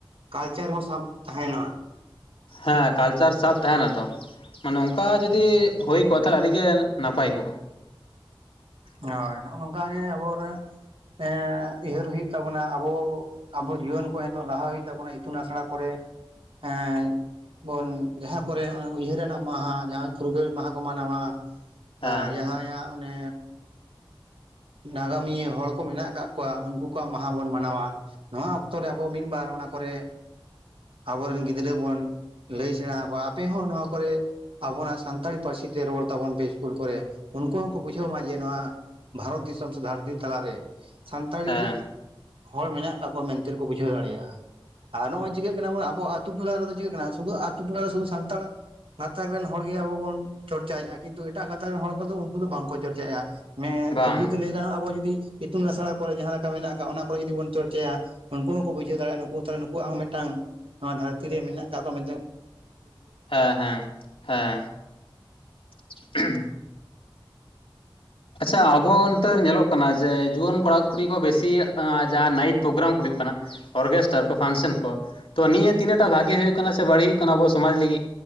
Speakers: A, on the right; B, on the left.
A: ᱠᱟᱞᱪᱟᱨ ᱦᱚᱸ ᱥᱟᱵ ᱛᱟᱦᱮᱸᱱᱟ
B: ᱦᱮᱸ ᱠᱟᱞᱪᱟᱨ ᱥᱟᱵ ᱛᱟᱦᱮᱸᱱᱟ ᱛᱚ ᱢᱟᱱᱮ ᱚᱱᱠᱟ ᱡᱩᱫᱤ ᱦᱩᱭ ᱠᱚᱜᱼᱟ ᱛᱟᱦᱚᱞᱮ ᱟᱹᱰᱤ ᱜᱮ ᱱᱟᱯᱟᱭ ᱠᱚᱜᱼᱟ
A: ᱦᱳᱭ ᱱᱚᱜᱚ ᱱᱚᱝᱠᱟᱜ ᱜᱮ ᱟᱵᱚᱨᱮᱸ ᱮᱸ ᱩᱭᱦᱟᱹᱨ ᱦᱩᱭᱩᱜ ᱛᱟᱵᱚᱱᱟ ᱟᱵᱚ ᱟᱵᱚ ᱡᱩᱣᱟᱹᱱ ᱠᱚ ᱱᱤᱛᱚᱜ ᱞᱟᱦᱟ ᱦᱩᱭᱩᱜ ᱛᱟᱵᱚᱱᱟ ᱤᱛᱩᱱ ᱟᱥᱲᱟ ᱠᱚᱨᱮ ᱮᱸ ᱵᱚᱱ ᱡᱟᱦᱟᱸ ᱠᱚᱨᱮ ᱩᱭᱦᱟᱹᱨᱟᱱᱟᱜ ᱢᱟᱦᱟ ᱡᱟᱦᱟᱸ ᱯᱷᱩᱨᱜᱟᱹᱞ ᱢᱟᱦᱟ ᱠᱚ ᱢᱟᱱᱟᱣᱼᱟ
B: ᱦᱮᱸ
A: ᱟᱸ ᱡᱟᱦᱟᱸ ᱭᱟᱜ ᱚᱱᱮ ᱱᱟᱜᱟᱢᱤᱭᱟᱹ ᱦᱚᱲ ᱠᱚ ᱢᱮᱱᱟᱜ ᱠᱟᱜ ᱠᱚᱣᱟ ᱩᱱᱠᱩ ᱠᱚᱣᱟᱜ ᱢᱟᱦᱟ ᱵᱚᱱ ᱢᱟᱱᱟᱣᱼᱟ ᱱᱚᱣᱟ ᱚᱠᱛᱚ ᱨᱮ ᱟᱵᱚ ᱢᱤᱫᱵᱟᱨ ᱚᱱᱟ ᱠᱚᱨᱮ ᱟᱵᱚᱨᱤᱱ ᱜᱤᱫᱽᱨᱟᱹ ᱵᱚᱱ ᱞᱟᱹᱭ ᱥᱮᱸᱬᱟ ᱟᱠᱚᱣᱟ ᱟᱯᱮ ᱦᱚᱸ ᱱᱚᱣᱟ ᱠᱚᱨᱮ ᱟᱵᱚᱱᱟᱜ ᱥᱟᱱᱛᱟᱲᱤ ᱯᱟᱹᱨᱥᱤ ᱛᱮ ᱨᱚᱲ ᱛᱟᱵᱚᱱ ᱯᱮ ᱤᱥᱠᱩᱞ ᱠᱚᱨᱮ ᱩᱱᱠᱩ ᱦᱚᱸᱠᱚ ᱵᱩᱡᱷᱟᱹᱣ ᱢᱟ ᱡᱮ ᱱᱚᱣᱟ ᱵᱷᱟᱨᱚᱛ ᱫᱤᱥᱚᱢ ᱥᱮ ᱫᱷᱟᱨᱛᱤ ᱛᱟᱞᱟ ᱨᱮ ᱥᱟᱱᱛᱟᱲᱤ
B: ᱦᱮᱸ
A: <inaudible> ᱦᱚᱲ ᱢᱮᱱᱟᱜ ᱟᱠᱟᱫ ᱠᱚᱣᱟ ᱢᱮᱱᱛᱮᱫ ᱠᱚ ᱵᱩᱡᱷᱟᱹᱣ ᱫᱟᱲᱮᱭᱟᱜᱼᱟ ᱟᱨ ᱱᱚᱜᱼᱚᱭ ᱪᱤᱠᱟᱹᱜ ᱠᱟᱱᱟ ᱵᱚ ᱟᱵᱚ ᱟᱛᱩ ᱴᱚᱞᱟ ᱨᱮᱫᱚ ᱪᱤᱠᱟᱹᱜ ᱠᱟᱱᱟ ᱥᱩᱫᱩ ᱟᱛᱩ ᱴᱚᱞᱟ ᱥᱩᱫᱩ ᱥᱟᱱᱛᱟᱲ ᱜᱟᱛᱟᱠ ᱨᱮᱱ ᱦᱚᱲ ᱜᱮ ᱟᱵᱚ ᱵᱟᱵᱚᱱ ᱪᱚᱨᱪᱟᱭᱮᱜᱼᱟ ᱠᱤᱱᱛᱩ ᱮᱴᱟᱜ ᱜᱟᱛᱟᱠ ᱨᱮᱱ ᱦᱚᱲ ᱠᱚᱫᱚ ᱩᱱᱠᱩ ᱫᱚ ᱵᱟᱝᱠᱚ ᱪᱚᱨᱪᱟᱭᱮᱜᱼᱟ ᱢᱮ
B: ᱵᱟᱝ
A: ᱯᱩᱭᱞᱩ ᱛᱮ ᱞᱟᱹᱭ ᱜᱟᱱᱚᱜᱼᱟ ᱟᱵᱚ ᱡᱩᱫᱤ ᱤᱛᱩᱱ ᱟᱥᱲᱟ ᱠᱚᱨᱮ ᱡᱟᱦᱟᱸ ᱞᱮᱠᱟ ᱢᱮᱱᱟᱜ ᱠᱫ ᱚᱱᱟ ᱠᱚᱨᱮ ᱡᱩᱫᱤ ᱵᱚᱱ ᱪᱚᱨᱪᱟᱭᱟ ᱩᱱᱠᱩ ᱦᱚᱸᱠᱚ ᱵᱩᱡᱷᱟᱹᱣ ᱫᱟᱲᱮᱭᱟᱜᱼᱟ ᱱᱩᱠᱩ ᱦᱚᱸᱛᱚ ᱱᱩᱠᱩᱣᱟᱜ ᱦᱚᱸ ᱢᱤᱫᱴᱟᱝ ᱱᱚᱣᱟ ᱫᱷᱟᱹᱨᱛᱤ ᱨᱮ ᱢᱮᱱᱟᱜ ᱠᱟᱜ ᱠᱚᱣᱟ ᱢᱮᱱᱛᱮᱫ
B: ᱦᱮᱸ ᱦᱮᱸ ᱦᱮᱸ <unintelligible> ᱟᱪᱪᱷᱟ ᱟᱵᱚ ᱱᱤᱛᱟᱨ ᱧᱮᱞᱚᱜ ᱠᱟᱱᱟ ᱡᱮ ᱡᱩᱣᱟᱹᱱ ᱠᱚᱲᱟ ᱠᱩᱲᱤ ᱠᱚ ᱵᱮᱥᱤ ᱡᱟᱦᱟᱸ ᱱᱟᱭᱤᱴ ᱯᱨᱳᱜᱨᱟᱢ ᱠᱚ ᱦᱩᱭᱩᱜ ᱠᱟᱱᱟ ᱚᱨᱜᱮᱥᱴᱟᱨ ᱠᱚ ᱯᱷᱟᱱᱥᱮᱟᱱ ᱠᱚ ᱛᱚ ᱱᱤᱭᱟᱹ ᱛᱤᱱᱟᱹᱜᱴᱟ ᱵᱷᱟᱜᱤ ᱦᱩᱭᱩᱜ ᱠᱟᱱᱟ ᱥᱮ ᱵᱟᱹᱲᱤᱡ ᱦᱩᱭᱩᱜ ᱠᱟᱱᱟ ᱟᱵᱚ ᱥᱚᱢᱟᱡᱽ ᱞᱤᱜᱤᱜ